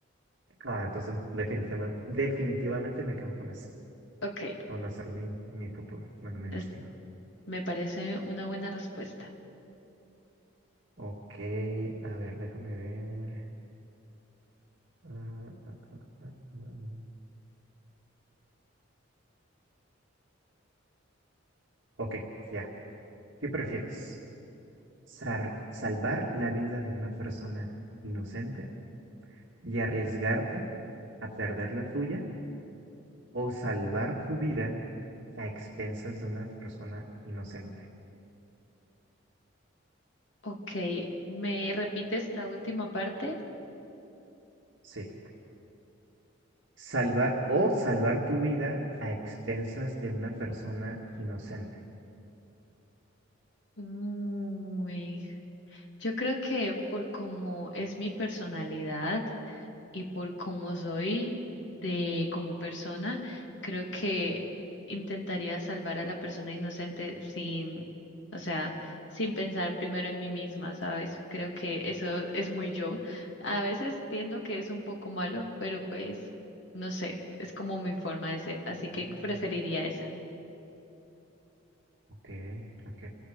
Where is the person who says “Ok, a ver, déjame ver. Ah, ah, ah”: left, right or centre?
Right